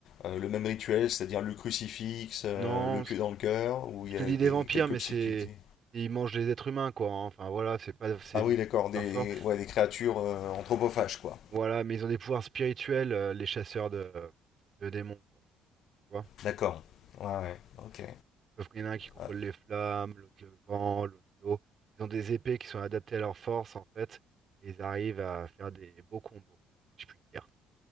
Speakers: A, on the left; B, on the right.
A: euh, le même rituel, c'est-à-dire le crucifix, euh,
B: Non,
A: le pieu dans le cœur, ou
B: Je
A: il y
B: te
A: a
B: dis
A: des,
B: des vampires,
A: quelques
B: mais c'est.
A: subtilités.
B: Ils mangent les êtres humains, quoi. hein. Enfin, voilà, c'est pas. c'est-
A: Ah
B: Ils
A: oui,
B: sont
A: d'accord,
B: super
A: des,
B: forts.
A: ouais, des créatures euh, anthropophages, quoi.
B: Voilà, mais ils ont des pouvoirs spirituels, euh, les chasseurs de, de démons, quoi. Tu vois?
A: D'accord. Ouais, ouais, ok.
B: Sauf qu'il y en a un qui contrôle
A: Ouais.
B: les flammes, l'autre le vent, l'autre l'eau. Ils ont des épées qui sont adaptées à leur force, en fait. Et ils arrivent à faire des beaux combos, si je puis dire.